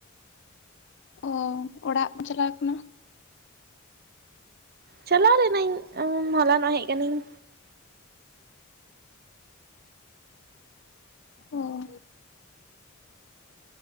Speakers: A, on the left; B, on the right.
A: ᱚ ᱚᱲᱟᱜ <inaudible> ᱪᱟᱞᱟᱣ ᱠᱟᱱᱟ?
B: ᱪᱟᱞᱟᱣ ᱞᱤᱱᱟᱹᱧ ᱩᱸᱢ ᱢᱟᱞᱟᱱᱚᱜ ᱦᱮᱡ ᱠᱟᱹᱱᱤᱧ᱾
A: ᱚ᱾